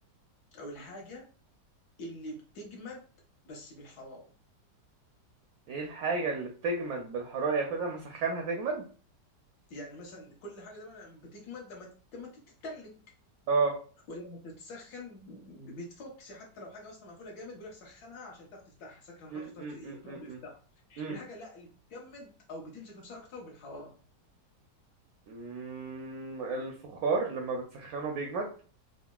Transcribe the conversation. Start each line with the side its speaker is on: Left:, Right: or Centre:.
Left: او الحاجه
Right: مم.
Left: اللي بتجمد بس بالحراره
Right: إيه الحاجة اللي بتجمد بالحرارة يعني كل ما أسخنها تجمد
Left: يعني مثلا كل حاجه دايما لما بتجمد لما تت- لما تتلج
Right: اه
Left: ولما تتسخن بتفوكس حتى لو حاجه اصلا مقفوله جامد بيقول لك سخنها عشان تعرف تفتحها سخن الغطا
Right: مم،
Left: عشان تعرف
Right: مم،
Left: يتمد
Right: مم، مم،
Left: ويفتحها
Right: مم. مم.
Left: الحاجه لا اللي بتجمد او بتمسك نفسها اكتر بالحراره
Right: مم، الفخار لما بتسخنه بيجمد